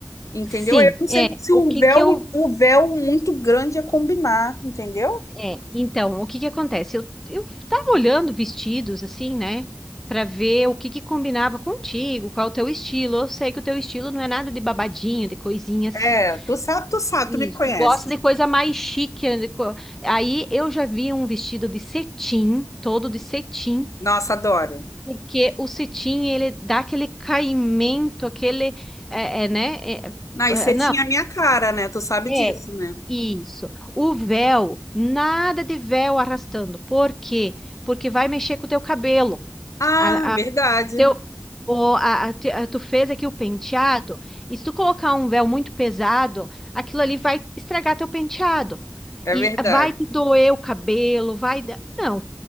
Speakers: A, on the left; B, in the centre.
A: entendeu?
B: sim,
A: Eu não sei
B: é,
A: se
B: o
A: o
B: que
A: véu,
B: que eu
A: o véu muito grande ia combinar, entendeu?
B: É, então, o que que acontece? Eu, eu tava olhando vestidos, assim, né? Pra ver o que que combinava contigo, qual o teu estilo. Eu sei que o teu estilo não é nada de babadinho, de coisinha assim.
A: É, tu sabe, tu sabe,
B: Isso,
A: tu me conhece.
B: tu gosta de coisa mais chique. né, de co- Aí eu já vi um vestido de cetim, todo de cetim,
A: Nossa, adoro.
B: porque o cetim, ele dá aquele caimento, aquele, é, é, né? É,
A: Ah,
B: é,
A: e você
B: não,
A: tinha a minha cara, né? Tu sabe
B: é,
A: disso, né?
B: isso. O véu, nada de véu arrastando. Por quê? Porque vai mexer com o teu cabelo.
A: Ah,
B: A,
A: verdade.
B: a- teu, o, a, a- te- a- tu fez aqui o penteado, e se tu colocar um véu muito pesado, aquilo ali vai estragar teu penteado.
A: É
B: E
A: verdade.
B: vai te doer o cabelo, vai... da- Não.